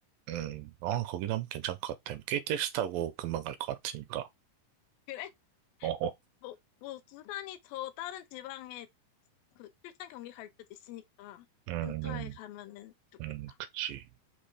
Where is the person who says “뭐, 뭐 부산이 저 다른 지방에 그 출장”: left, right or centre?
Left